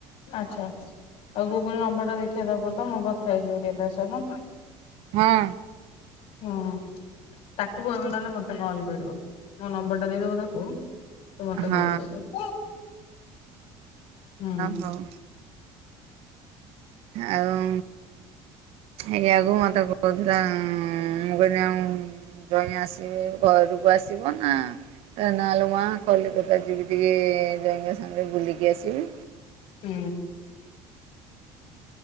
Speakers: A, on the left; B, on the right.
A: ଆଚ୍ଛା ଆଚ୍ଛା ଆଉ ଗୁଗୁଲ ନମ୍ବରଟା ଦେଖିବା ଦବ ତ ମୁଁ କଥା ହେଇଯିବି ଟିକେ ତା ସହିତ।
B: ହଁ।
A: ହୁଁ ତାକୁ କହିବ ନହେଲେ ମତେ କଲ୍ କରିବ। ମୋ ନମ୍ବର ଟା ଦେଇଦବ ତାକୁ। ତୁ ମତେ
B: ହଁ।
A: କଲ କରିବ। ହୁଁ।
B: ଆ ହଉ। ଆଉ ଆଜ୍ଞାଗକୁ ମତେ କହୁଥିଲା ମୁଁ କହିଲି ଆଉ ଜଇଁ ଆସିବେ ଘରକୁ ଆସିବ ନା ନାଲୋ ମା କଲିକତା ଯିବି ଟିକେ ଜଇଁ ସାଙ୍ଗରେ ବୁଲିକି ଆସିବି।
A: ହୁଁ।